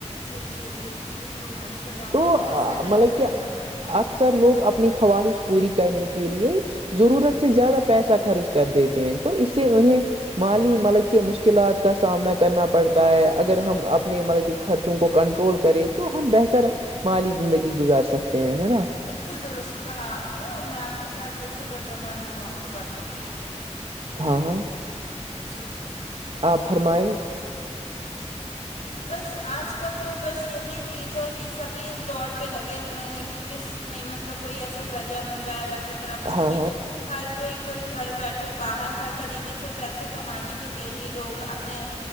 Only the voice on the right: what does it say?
تو
مطلب
کہ اکثر لوگ اپنی خواہش پوری کرنے کے لیے ضرورت سے زیادہ پیسہ خرچ کر دیتے ہیں تو اس سے انہیں مالی ملک کے مشکلات کا سامنا کرنا پڑتا ہے
اگر
ہم اپنے مطلب کہ خرچوں کو کنٹرول کر کریں تو ہم بہتر مالی زندگی گزار سکتے ہیں ہے نا
ہاں ہاں
آپ فرمائیں
ہاں